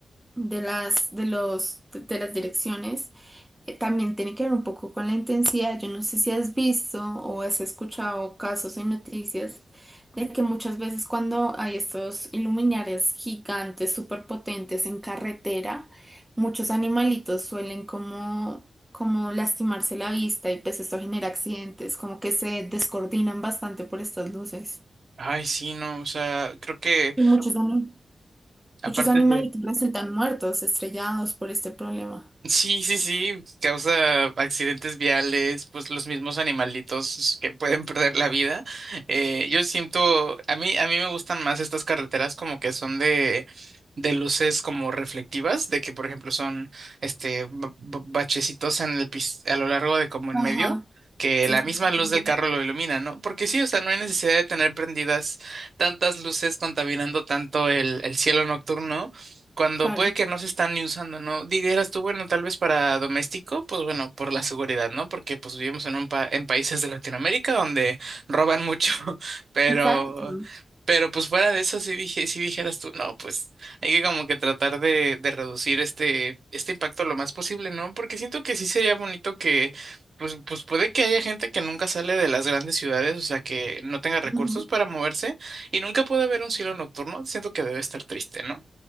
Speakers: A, in the centre; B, on the right.
A: de las, de los, de las direcciones, Eh, También tiene que ver un poco con la intensidad. Yo no sé si has visto o has escuchado casos en noticias de que muchas veces cuando hay estos iluminares gigantes, súper potentes en carretera, muchos animalitos suelen como, como lastimarse la vista y pues esto genera accidentes, como que se descoordinan bastante por estas luces.
B: Ay, sí, no, o sea, creo que
A: Y muchos, ani-
B: aparte
A: muchos animalitos resultan muertos, estrellados por este problema.
B: Sí, sí, sí, causa accidentes viales, pues los mismos animalitos que pueden perder la vida. Eh, yo siento, a mí, a mí me gustan más estas carreteras como que son de, de luces como reflectivas, de que por ejemplo son este ba- ba- bachecitos en el pis- a lo largo de como en
A: Ajá,
B: medio, que
A: sí,
B: la
A: sí,
B: misma
A: sí,
B: luz
A: sí,
B: del
A: sí.
B: carro lo ilumina, ¿no? Porque sí, o sea, no hay necesidad de tener prendidas tantas luces contaminando tanto el, el cielo nocturno cuando
A: claro.
B: puede que no se están ni usando, ¿no? Dijeras tú, bueno, tal vez para doméstico, pues bueno, por la seguridad, ¿no? Porque pues vivimos en un pa- en países de Latinoamérica donde roban mucho, <laughs> pero
A: Exacto.
B: pero pues fuera de eso sí dije, sí dijeras tú, no, pues hay que como que tratar de de reducir este este impacto lo más posible, ¿no? Porque siento que sí sería bonito que Pues, pues puede que haya gente que nunca sale de las grandes ciudades, o sea, que no tenga recursos
A: Ujú.
B: para moverse y nunca puede haber un cielo nocturno. Siento que debe estar triste, ¿no?